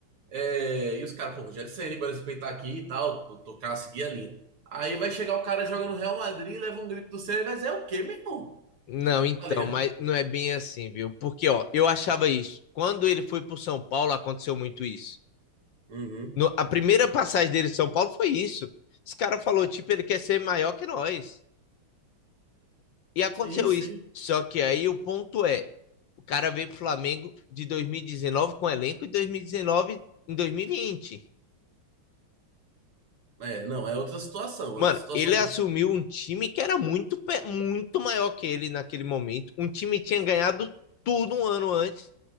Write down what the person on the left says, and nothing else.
Não, então,
mas não é bem assim, viu? Porque, ó, eu achava isso. Quando ele foi pro São Paulo, aconteceu muito isso.
No- a primeira passagem dele de São Paulo foi isso. Esse cara falou, tipo, ele quer ser maior que nós. E aconteceu
isso. Só que aí o ponto é, o cara veio pro Flamengo de 2019 com elenco e 2019 em 2020.
Mano,
ele assumiu um time que era muito, muito maior que ele naquele momento. Um time que tinha ganhado tudo um ano antes.